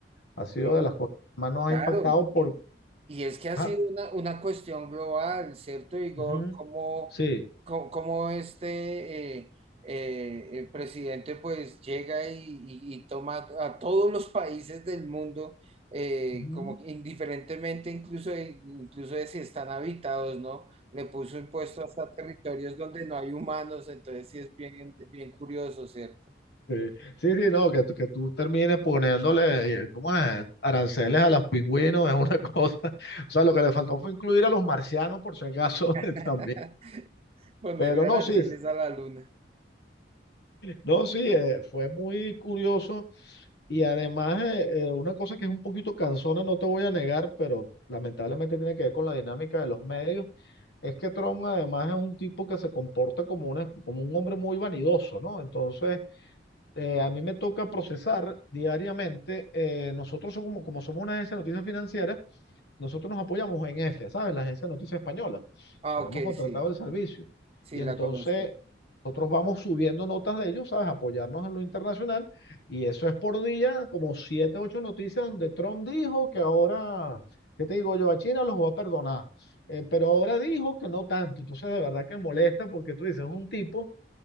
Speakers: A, on the left; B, on the right.
A: ha sido
B: y-
A: de las cosas que más nos
B: claro,
A: ha impactado por
B: Y es que ha
A: ajá,
B: sido una, una cuestión global, ¿cierto, Igor?
A: ujú.
B: ¿Cómo,
A: Sí.
B: cómo, cómo este eh, eh, el presidente pues llega y, y- y toma a todos los países del mundo, eh,
A: Ujú.
B: como que indiferentemente incluso de, incluso de si están habitados, ¿no? Le puso impuesto hasta territorios donde no hay humanos, entonces sí es bien, bien curioso, ¿cierto?
A: Sí, sí, sí, no, que, tú- que tú termines poniéndole, eh, ¿cómo es? Aranceles a los pingüinos es una cosa. <laughs> O sea, lo que le faltó fue incluir a los marcianos, por si acaso, <laughs>
B: <laughs>
A: también.
B: Ponerle
A: Pero no,
B: aranceles
A: sí,
B: a la luna.
A: no, sí, eh, fue muy curioso. Y además, eh, eh, una cosa que es un poquito cansona, no te voy a negar, pero lamentablemente tiene que ver con la dinámica de los medios, es que Trump además es un tipo que se comporta como, una, como un hombre muy vanidoso, ¿no? Entonces eh, a mí me toca procesar diariamente. eh, nosotros somos, como, como somos una agencia de noticias financieras, nosotros nos apoyamos en EFE, ¿sabes? La agencia de noticias española.
B: Ah,
A: Tenemos
B: ok,
A: contratado
B: sí,
A: el servicio.
B: sí
A: Y entonces
B: la conozco.
A: nosotros vamos subiendo notas de ellos, ¿sabes? Apoyarnos en lo internacional. Y eso es por día, como siete, ocho noticias donde Trump dijo que ahora, ¿qué te digo yo? A China los va a perdonar. Eh, pero ahora dijo que no tanto. Entonces, de verdad que molesta porque tú dices, es un tipo